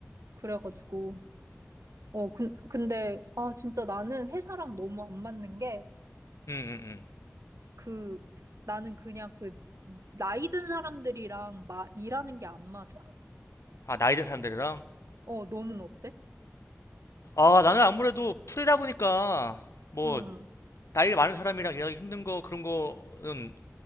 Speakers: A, on the right; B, on the left.
A: 그래가지고 어 근, 근데 아 진짜 나는 회사랑 너무 안 맞는 게
B: 응, 응, 응.
A: 그 나는 그냥 그 나이 든 사람들이랑 마, 일하는 게 안 맞아.
B: 아, 나이 든 사람들이랑?
A: 어 너는 어때?
B: 아, 나는 아무래도 프리다 보니까, 뭐,
A: 응.
B: 나이 많은 사람이랑 일하기 힘든 거, 그런 거는